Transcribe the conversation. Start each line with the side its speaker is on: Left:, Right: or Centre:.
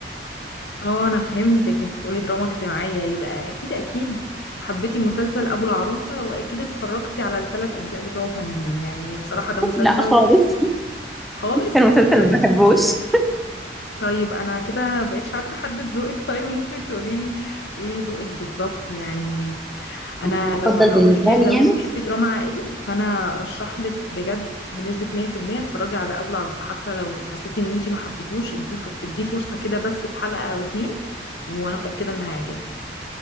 Left: اه انا فهمتك انت تقولي دراما اجتماعية يبقى اكيد اكيد حبيتي مسلسل ابو العروسة واكيد اتفرجتي على الثلاث اجزاء بتوعه كاملين يعني بصراحة ده مسلسل
Centre: <laughs> لا خالص
Left: خالص
Centre: كان مسلسل
Left: طب
Centre: ما بحبوش
Left: طيب انا كده مبقتش عارفة احدد ذوقك طيب ممكن تقوليلي ايه ذوقك بالظبط يعني انا
Centre: المفضل
Left: لو هقولك
Centre: بالنسبه
Left: يعني
Centre: لي
Left: لو
Centre: يعني
Left: انت بتحبي دراما عائلي فانا ارشح لك بجد بنسبة 100% اتفرجي على ابو العروسة حتى لو حسيتي ان انت ما حبيتيهوش ادوه- اديه فرصة كده بس في حلقة او اتنين وانا متأكدة ان هيعجبك